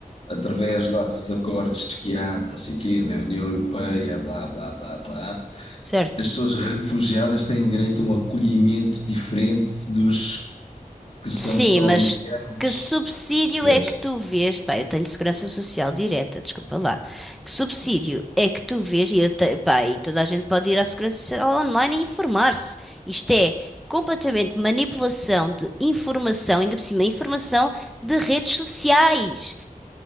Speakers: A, on the left; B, in the centre.
A: através lá dos acordos que há, não sei o quê, da União Europeia, blá, blá, blá, blá,
B: certo.
A: as pessoas refugiadas têm direito a um acolhimento diferente dos que são
B: Sim,
A: só
B: mas
A: imigrantes.
B: que subsídio
A: percebes?
B: é que tu vês? Pá, eu tenho segurança social direta, desculpa lá. Que subsídio é que tu vês? E, eu te- pá, e toda a gente pode ir à segurança social online e informar-se. Isto é completamente manipulação de informação, ainda por cima, informação de redes sociais.